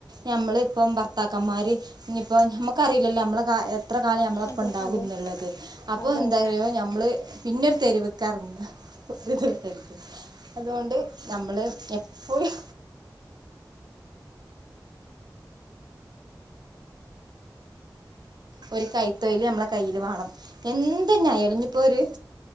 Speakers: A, on the right; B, on the left.
A: നമ്മള് ഇപ്പം ഭർത്താക്ക മാരി ഇപ്പൊ നമ്മക്കറിയില്ലല്ലോ നമ്മള ക അത്ര കാലം നമ്മള അപ്പം
B: അതെ
A: ഇണ്ടാകും
B: അതെ
A: എന്നുള്ളത് അപ്പോൾ
B: അതെ
A: എന്താ പറയുക
B: അതെ
A: നമ്മൾ പിന്നെരു തെരുവെക്കാറുണ്ട് ഒരു ത അതുകൊണ്ട് നമ്മള് എപ്പോഴും ഒരു കൈത്തൊൽ നമ്മളെ കയ്യില് വേണം എന്തന്നെ ആയാലും ഇനിയിപ്പോൊ ഒരു